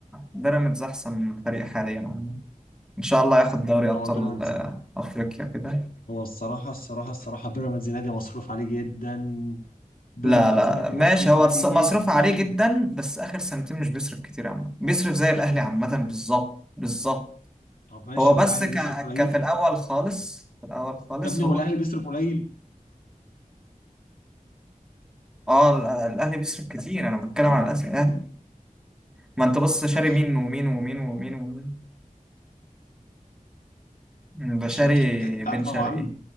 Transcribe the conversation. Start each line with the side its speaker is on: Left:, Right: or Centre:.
Centre: بيراميدز احسن فريق حاليا يعني. ان شاء الله ياخد دوري ابطال
Left: هو بيراميدز
Centre: آه، افريقيا كده
Left: هو الصراحه الصراحه الصراحه بيراميدز نادي مصروف عليه جدا بيراميدز
Centre: لا لا
Left: نادي
Centre: ماشي
Left: مصروف
Centre: هو
Left: عليه
Centre: تص- مصروف
Left: جدا
Centre: عليه جدا بس اخر سنتين مش بيصرف كتير عامة بيصرف زي الاهلي عامة بالظبط بالظبط
Left: طب ماشي
Centre: هو بس
Left: هو الاهلي
Centre: ك...
Left: بيصرف قليل
Centre: ك في الاول خالص في الاول خالص
Left: يا ابني
Centre: هو
Left: هو الاهلي بيصرف قليل
Centre: اه ال- الاهلي بيصرف كتير انا بتكلم على الأس- الاهلي ما انت بص شاري
Left: ماشي
Centre: مين ومين ومين ومين ومين أمم، ده
Left: ماشي
Centre: شاري
Left: ماشي انت انت
Centre: بن
Left: عارف
Centre: شرقي
Left: هو عامل